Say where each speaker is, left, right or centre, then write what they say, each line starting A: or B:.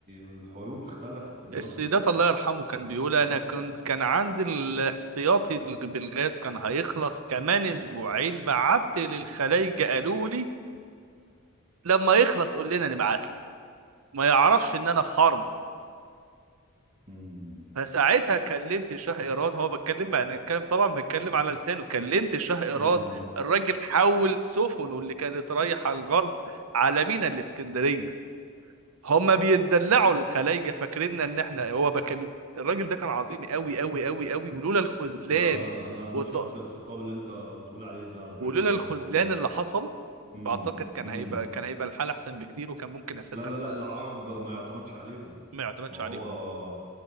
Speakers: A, on the right (about 45°); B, on the right (about 80°).
A: الحروب اختلفت دلوقتي
B: السادات
A: بقت
B: الله يرحمه كان
A: طريقة
B: بيقول
A: مختلفة
B: انا كنت كان عندي الاحتياطي بالغاز كان هيخلص كمان اسبوعين بعت للخلايجه قالوا لي لما يخلص قول لنا نبعت لك ما يعرفش ان انا في حرب
A: مم.
B: فساعتها كلمت شاه ايران هو بتكلم بقى، انا كان طبعا بتكلم على لسانه كلمت شاه ايران
A: مم.
B: الراجل حول سفنه اللي كانت رايحه الغرب على مينا الاسكندريه هما بيتدلعوا الخلايجه فاكريننا ان احنا هو بكلم الراجل ده كان عظيم قوي قوي قوي قوي ولولا الخذلان
A: لا أنا أنا أنا
B: والتقص
A: شفت الخطاب اللي أنت بتقول عليه ده على فكرة
B: ولولا الخذلان
A: و...
B: اللي حصل
A: مم.
B: بعتقد كان
A: مم.
B: هيبقى كان هيبقى الحال احسن بكتير وكان ممكن اساسا
A: لا لا لا العرب ما يعتمدش عليهم
B: ما يعتمدش
A: ما هو
B: عليهم